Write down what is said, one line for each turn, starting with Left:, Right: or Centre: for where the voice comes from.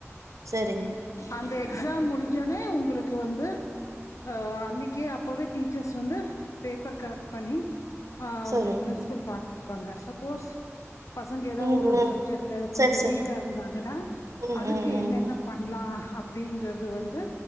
Right: செரிங்க
Left: அந்த எக்ஸாம் முடிஞ்சோனே உங்களுக்கு வந்து ஆ அன்னைக்கே அப்பவே டீச்சர்ஸ் வந்து பேப்பர் கரெக்ட் பண்ணி ஆ
Right: சரிங்க
Left: உங்களுக்கு பிரின்ஸ்பல் பாத்துருப்பாங்க சப்போஸ் பசங்க எதோ
Right: ம்
Left: ஒர்ரொரு
Right: ம்
Left: சப்ஜெக்ட்ல
Right: சரி
Left: கொஞ்சோ
Right: சரிங்க
Left: வீக்கா இருந்தாங்கன்னா
Right: ம்
Left: அதுக்கு
Right: ம் ம்
Left: என்னென்ன
Right: ம்
Left: பண் லா அப்டிங்கறது வந்து